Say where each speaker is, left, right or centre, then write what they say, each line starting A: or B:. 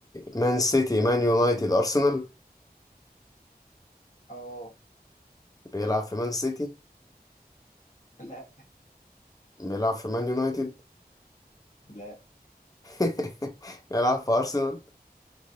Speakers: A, on the left; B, on the left.
A: مان سيتي مان يونايتد ارسنال
B: اه
A: بيلعب في مان سيتي
B: لا
A: بيلعب في مان يونايتد
B: لا
A: <laughs> بيلعب في أرسنال